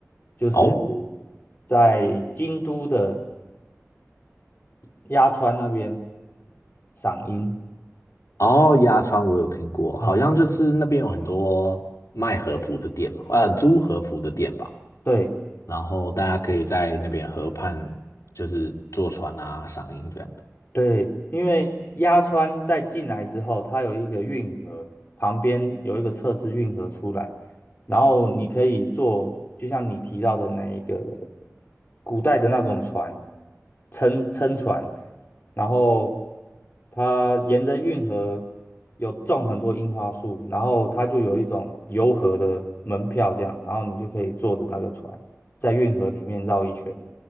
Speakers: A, on the left; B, on the left.
A: 就是
B: 哦
A: 在京都的鸭川那边赏樱。
B: 哦，鸭川我有听过，
A: 嗯，
B: 好像就是那边有很多卖和服的店嘛呃，租和服的店吧。
A: 对，
B: 然后大家可以在那边河畔，就是坐船啊、赏樱这样子。
A: 对，因为鸭川在进来之后，它有一个运河，旁边有一个侧支运河出来，然后你可以坐，就像你提到的那一个古代的那种船，撑撑船，然后它沿着运河有种很多樱花树，然后它就有一种游河的门票这样，然后你就可以坐着那个船。在运河里面绕一圈，